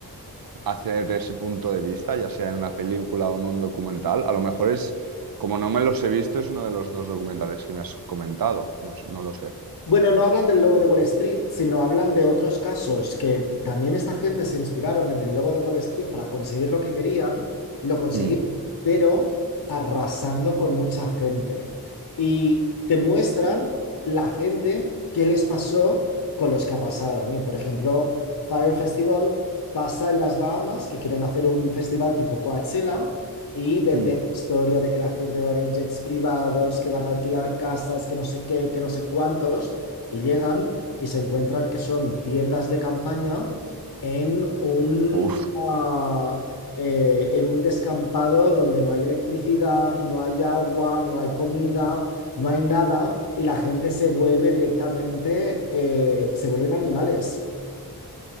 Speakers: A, on the right; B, on the left.
A: hacer ese punto de vista, ya sea en una película o en un documental. A lo mejor es, como no me los he visto, es uno de los dos documentales que me has comentado. No, s- no lo sé.
B: Bueno, no hablan del Lobo de Wall Street, sino hablan de otros casos que también esta gente se inspiraron en el Lobo de Wall Street para conseguir lo que querían, lo consiguieron,
A: Mm.
B: pero arrasando con mucha gente. Y te muestran la gente qué les pasó con los que arrasaron. Y por ejemplo, Fire Festival pasa en las Bahamas, que quieren hacer un festival tipo Coachella. Y venden
A: Mm.
B: la historia de que la gente va a ir en jets privados, que van a alquilar casas, que no sé qué, que no sé cuántos. Y llegan y se encuentran que son tiendas de campaña en un,
A: Uf,
B: ah, eh, en un descampado donde no hay electricidad, no hay agua, no hay comida, no hay nada, y la gente se vuelve directamente, eh, se vuelven animales.